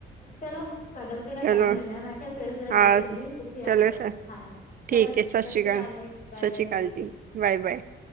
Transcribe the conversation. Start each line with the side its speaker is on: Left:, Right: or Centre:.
Left: ਚਲੋ! ਤੁਹਾਡਾ ਬਥੇਰਾ
Right: ਚਲੋ
Left: ਟਾਈਮ ਲੈ ਲਿਆ, ਮੈਂ ਕਿਹਾ ਸਵੇਰੇ- ਸਵੇਰੇ
Right: ਹਾਂ
Left: ਗੱਲ ਕਰੀਏ, ਪੁੱਛੀਏ ਹਾਲ
Right: ਚਲੋ
Left: ਚਾਲ,
Right: ਸਰ
Left: ਹਾਂ! ਚਲੋ
Right: ਠੀਕ
Left: ਜੀ
Right: ਹੈ
Left: ਸਤਿ
Right: ਸ਼੍ਰੀ
Left: ਸ੍ਰੀ ਅਕਾਲ ਜੀ। ਬਾਏ!
Right: ਸਤਿ
Left: ਬਾਏ
Right: ਸ਼੍ਰੀ
Left: ਜੀ,
Right: ਅਕਾਲ
Left: ਸਤਿ ਸ੍ਰੀ
Right: ਬਾਏ
Left: ਅਕਾਲ।
Right: ਬਾਏ